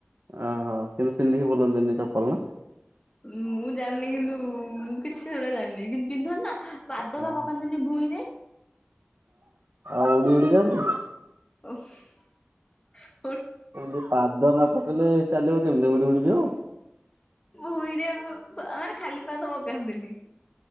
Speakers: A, on the right (about 75°); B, on the left (about 25°).
A: ଓହୋ କିନ୍ତୁ ପିନ୍ଧିକି ବୁଲନ୍ତିନି ଚପଲ ନା।
B: ମୁଁ ଜାଣିନି କିନ୍ତୁ ମୁଁ କିଛି ସେଗୁଡା ଜାଣିନି କିନ୍ତୁ ପିନ୍ଧତି ନା। ପାଦ
A: ହଁ
B: ବା ପକାନ୍ତିନି ଭୂଇଁରେ।
A: ଆଉ ଉଡି ଉଡି ଯାଆନ୍ତି?
B: ଓଫ
A: ଏମତି ପାଦ ନ ପକେଇଲେ ଚାଲିବ କେମିତି ଉ ଦୌଡ଼ିଯାଉ।
B: ଭୂଇଁ ରେ ଅ ମାନେ ଖାଲି ପାଦ ପକାନ୍ତିନି।